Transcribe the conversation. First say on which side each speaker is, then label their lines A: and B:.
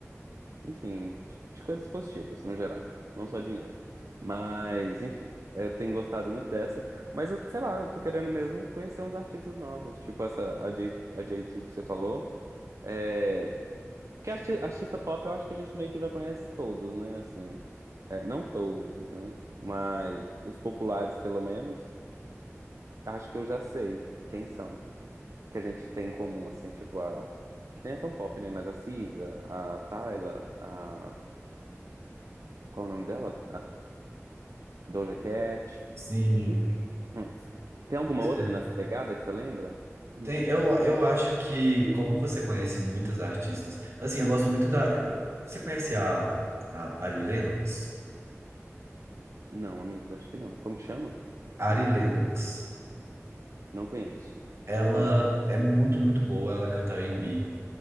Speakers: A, on the right; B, on the right.
A: enfim, de de coisas positivas, no geral. Não só dinheiro. Mas, enfim, eu tenho gostado muito dessa. Mas eu, sei lá, eu tô querendo mesmo conhecer uns artistas novos. Tipo essa, a, J, a JT que você falou. É, porque arti- artista pop eu acho que a gente meio que já conhece todos, né? Assim, é, não todos, né? Mas os populares, pelo menos, acho que eu já sei quem são. Que a gente tem em comum, assim, tipo a. Que nem é tão pop, né? Mas a Cisa, a Tyla, a. Qual é o nome dela? Doja Cat.
B: Sim.
A: Enfim. Hum. Tem alguma
B: Pois
A: outra
B: é.
A: nessa pegada que você lembra? Hum.
B: Tem, eu, eu acho que, como você conhece muitas artistas, assim, eu gosto muito da. eu- você conhece a, a Ari Lennox?
A: Não, amigo, acho que não. Como que chama?
B: Ari Lennox.
A: Não conheço.
B: Ela
A: Hum.
B: é muito, muito boa, ela canta R e b